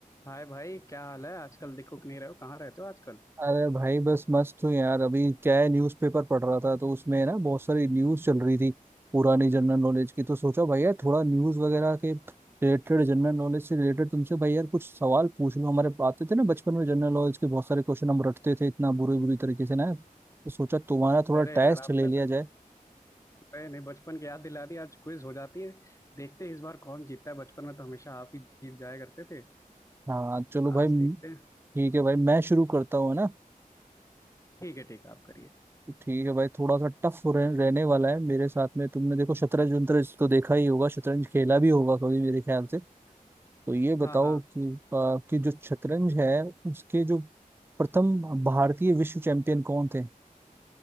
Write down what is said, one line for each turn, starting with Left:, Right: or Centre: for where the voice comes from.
Left: हाय भाई क्या हाल है आजकल दिखुक नहीं रहे हो कहाँ रहते हो आजकल
Right: अरे भाई बस मस्त हूँ यार अभी क्या है न्यूज़पेपर पढ़ रहा था तो उसमें ना बहुत सारी न्यूज़ चल रही थी पुरानी जनरल नॉलेज की तो सोचा भाई यार थोड़ा न्यूज़ वगैरह के रिलेटेड जनरल नॉलेज से रिलेटेड तुमसे भाई यार कुछ सवाल पूछ लूँ हमारे आते थे ना बचपन में जनरल नॉलेज के बहुत सारे क्वेश्चन हम रटते थे इतना बुरी बुरी तरीके से ना तो सोचा तुम्हारा थोड़ा
Left: अरे यार
Right: टेस्ट
Left: आपने
Right: ले लिया
Left: तो एकदम
Right: जाए
Left: नहीं नहीं बचपन की याद दिला दी आज क्विज हो जाती है देखते हैं इस बार कौन जीतता है बचपन में तो हमेशा आप ही जीत जाया करते थे
Right: हाँ चलो
Left: आज
Right: भाई ठीक
Left: देखते हैं
Right: है भाई मैं शुरू करता हूँ है ना
Left: ठीक है ठीक है आप करिए
Right: ठीक है भाई थोड़ा सा टफ रह, रहने वाला है मेरे साथ में तुमने देखो शतरंज वतरंज तो देखा ही होगा शतरंज खेला भी होगा कभी मेरे ख्याल से तो ये बताओ
Left: हाँ हाँ
Right: कि आ, कि जो शतरंज है उसके जो प्रथम भारतीय विश्व चैंपियन कौन थे